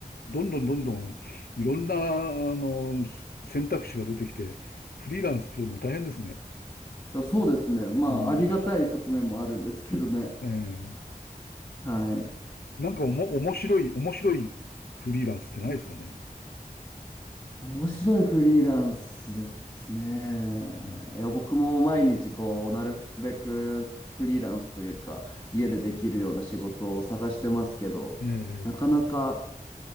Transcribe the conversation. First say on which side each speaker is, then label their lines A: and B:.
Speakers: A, on the left (about 90°); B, on the left (about 25°).
A: どんどんどんどん、いろんな、あの、選択肢が出てきて、フリーランスっていうのも大変ですね。
B: いやそうですね。まあ、
A: うん。
B: ありがたい側面もあるんですけどね。
A: ええ
B: はい。
A: なんかおも、面白い、面白いフリーランスってないですかね。
B: 面白いフリーランスですね。
A: うん
B: いや、僕も毎日こう、なるべくフリーランスというか、家でできるような仕事を探してますけど、
A: ええ
B: なかなか